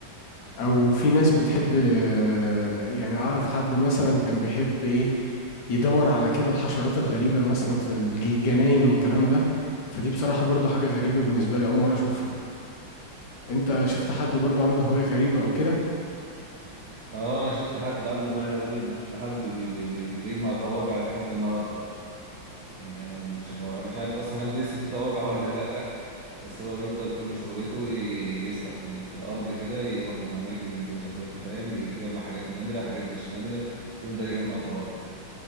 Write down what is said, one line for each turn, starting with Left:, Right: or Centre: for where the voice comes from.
Left: أو في ناس بتحب آه، يعني أعرف حد مثلا كان بيحب إيه يدور على كده الحشرات الغريبة مثلا في الجناين والكلام ده فدي بصراحة برضو حاجة غريبة بالنسبة لي أول مرة أشوفها أنت شفت حد برضو عنده هواية غريبة أو كده
Right: اه انا شفت حد عنده هواية غريبة شفت حد بي بي بي بيجمع طوابع لحد النهاردة يعني انا مش هو انا مش عارف اصلا هل لسه في طوابع <laughs> ولا لا بس هو بيفضل كل شغلته ي- يسرح في ال- في الارض كده يروح الاماكن اللي فيها سلفات دي، فاهم يجمع حاجات نادره حاجات مش نادره يفضل يجمع طوابع